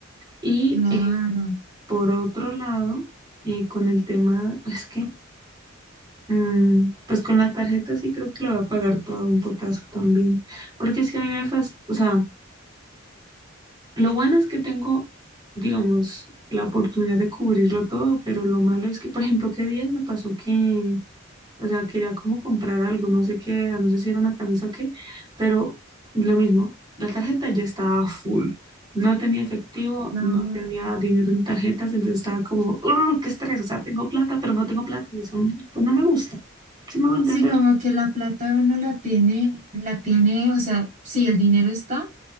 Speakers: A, on the right (about 20°); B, on the right (about 40°).
A: Y
B: Claro,
A: Por otro lado, eh, con el tema, <laughs> es que, mm, pues con la tarjeta sí creo que le voy a pagar todo un potazo también, porque es que a mí me fast o sea, lo bueno es que tengo, digamos, la oportunidad de cubrirlo todo, pero lo malo es que, por ejemplo, qué días me pasó que o sea, quería como comprar algo, no sé qué era, no sé si era una camisa o qué, pero lo mismo, la tarjeta ya estaba full. No tenía efectivo,
B: claro.
A: no tenía dinero en tarjetas, entonces estaba como, "Ugh, qué estrés, o sea, tengo plata, pero no tengo plata y eso pues no me gusta. Sí me va a entender.
B: Sí, como que la plata uno la tiene, la tiene, o sea, sí, el dinero está,